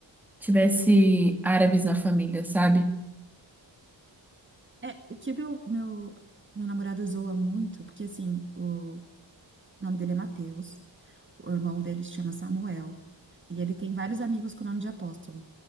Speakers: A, in the centre; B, on the right.
A: tivesse árabes na família, sabe?
B: É, o que meu, meu, meu namorado zoa muito, porque assim, o O nome dele é Mateus. O irmão dele se chama Samuel. E ele tem vários amigos com nome de apóstolo.